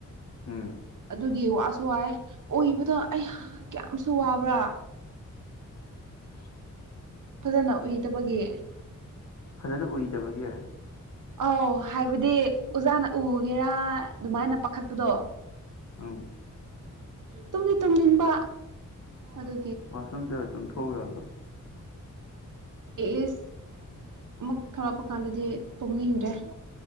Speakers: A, on the left; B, on the right.
A: ꯎꯝ
B: ꯑꯗꯨꯒꯤ ꯋꯥꯁꯨ ꯋꯥꯑꯦ ꯑꯣꯏꯕꯗ ꯑꯩ ꯀꯌꯥꯝꯁꯨ ꯋꯥꯕ꯭ꯔꯥ
A: <inaudible>
B: ꯐꯖꯅ ꯎꯏꯗꯕꯒꯤ
A: ꯐꯖꯅ ꯎꯏꯗꯕꯒꯤ
B: ꯑꯧ ꯍꯥꯏꯕꯗꯤ ꯑꯣꯖꯥꯅ ꯎꯒꯦꯔꯥ ꯑꯗꯨꯃꯥꯏꯅ ꯄꯥꯈꯠꯄꯗꯣ
A: ꯎꯝ
B: ꯇꯨꯝꯗꯤ ꯇꯨꯝꯅꯤꯡꯕ ꯑꯗꯨ
A: ꯋꯥꯁꫪꯨꯝ ꯆꯠꯂ ꯇꯨꯝ ꯊꯣꯛꯎ ꯌꯥꯗ꯭ꯔꯣ
B: ꯑꯦꯁ ꯑꯃꯨꯛ ꯊꯣꯂꯛꯄ ꯀꯥꯟꯗꯗꯤ ꯇꯨꯅꯤꯡꯗ꯭ꯔꯦ